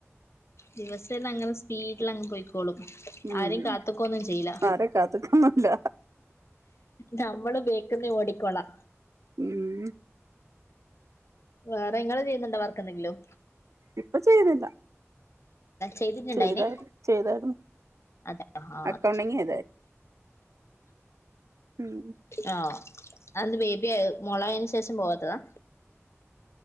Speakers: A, on the left; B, on the right.
A: ദിവസെന്നങ്ങനെ സ്പീഡിലങ്ങ് പോയിക്കോളും.
B: ഉം
A: ആരെയ് കാത്ത്ക്കൊന്നും ചെയ്യ്ല.
B: ആരെ കാത്ത്ക്കൊന്നുല്ല
A: ഞമ്മള് ബേക്ക്ന്ന് ഓടിക്കോളാ
B: ഉം
A: വേറെ ഇങ്ങള് ചെയ്യുന്നുണ്ടോ വർക്കെന്തെങ്കിലും?
B: ഇപ്പ ചെയ്യുന്നില്ല.
A: ചെയ്തിട്ടുണ്ടായിന്
B: ചെയ്താരു ചെയ്താരുന്നു.
A: അതെ ആഹ്
B: അക്കൗണ്ടിംങ്ങെയ്തായ് ഉം
A: ആഹ് അതെന്ത് ബേബിയാ മോളായേന് ശേഷം പോവാത്തതാ?